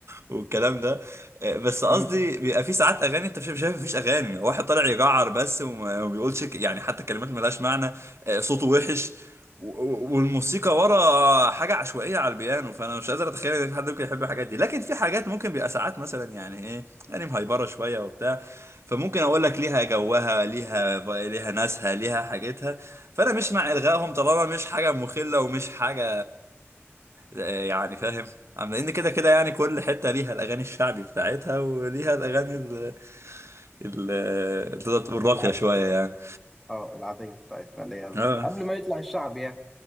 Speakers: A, on the right; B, in the centre.
A: والكلام ده آه، بس قصدي
B: مم.
A: بيبقى في ساعات اغاني انت مش شايف مفيش اغاني واحد طالع يجعر بس وما وما بيقولش ك- يعني حتى كلمات ملهاش معنى آه، صوته وحش و- و- والموسيقى ورا حاجه عشوائيه على البيانو فانا مش قادر اتخيل ان في حد ممكن يحب الحاجات دي لكن في حاجات ممكن بيبقى ساعات مثلا يعني ايه يعني مهيبره شويه وبتاع فممكن اقول لك ليها جوها ليها ليها ناسها ليها حاجتها فانا مش مع الغائهم طالما مش حاجه مخله ومش حاجه آه، يعني فاهم عم لان كده كده يعني كل حته ليها الاغاني الشعبي بتاعتها وليها الاغاني ال ال اللي تقدر تقول راقيه
B: العادية
A: شويه يعني
B: اه العادية بتاعتنا اللي هي
A: اه
B: قبل ما يطلع الشعب يعني